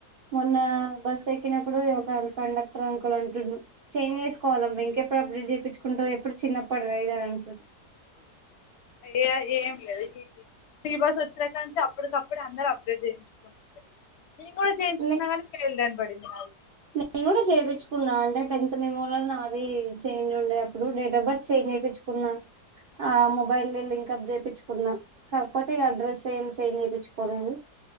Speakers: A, on the right (about 70°); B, on the left (about 60°).
A: మొన్న బస్ ఎక్కినప్పుడు ఒక కండక్టర్ అంకుల్ అంటు చేంజ చేసుకోలంకప్పుడు అభివృద్ధి తప్పించుకుంటు ఎప్పుడు చిన్నప్పుడు ఐదాంలు
B: ఏ ఏం లేదు ఈ శ్రీవాసు ఉత్రకాంత చెప్ప అప్పటికప్పుడు అందరుూ అప్గ్రేడ్ చేయించుకుని న కూడా చేయించుకున్నాంగా
A: నే
B: క బట్టి వా
A: నేను కూడా చేయించుకున్నా అంటే టెన్త్ మెమోలో నాది చేంజ్ ఉండే అప్పుడు డేట్ ఆఫ్ బర్త్ చే్ చేయించుకున్నా ఆ మొబైల్ం పికప్ చేయిించుకున్నా కాకపోతే ఇక అడ్రస్ ఏం చేంజ్ చేయిించుకోలేదు